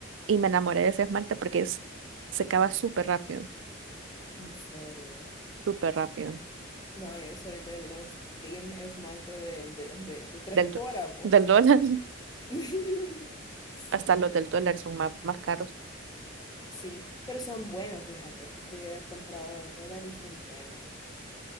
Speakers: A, on the right (about 70°); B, on the left (about 20°).
A: y me enamoré de ese esmalte porque es- secaba súper rápido,
B: En serio.
A: súper rápido.
B: No, yo soy de los team esmalte de, de, de, de tres
A: Del, do-
B: coras, po.
A: del dólar <laughs>
B: <laughs> Sí.
A: hasta los del dólar son más, más caros.
B: Sí, pero son buenos, fíjate, porque yo he comprado al dólar y son buenos.